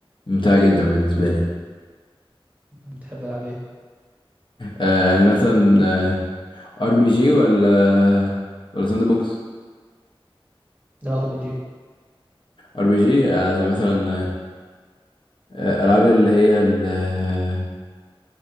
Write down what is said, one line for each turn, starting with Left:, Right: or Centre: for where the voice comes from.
Left: ممتعة جدا بالنسبة لي
Right: بتحب ألعاب إيه؟
Left: آه يعني مثلا ار بي جي ولا ولا ساند بوكس
Right: لا ار بي جي
Left: ار بي جي آه زي مثلا آه العاب اللي هي ال- آه،